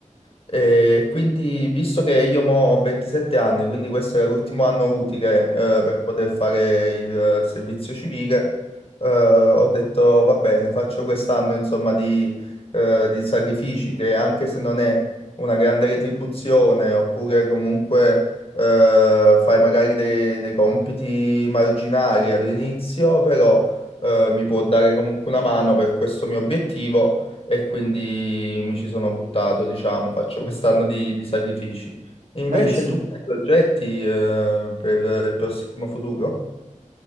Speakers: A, on the left; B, on the right.
A: E quindi, visto che io mo ho 27 anni, quindi questo era l'ultimo anno utile
B: Mm.
A: eh, per poter fare il eh, servizio civile, eh, ho detto va bene, faccio quest'anno insomma di, eh, di sacrifici che anche se non è una grande retribuzione, oppure comunque eh, fai magari dei, dei compiti marginali all'inizio, però eh, mi può dare comunque una mano per questo mio obiettivo e quindi mi ci sono buttato, diciamo, faccio quest'anno di, di sacrifici. Invece
B: Beh, mi sembra.
A: tu hai progetti eh, per il prossimo futuro?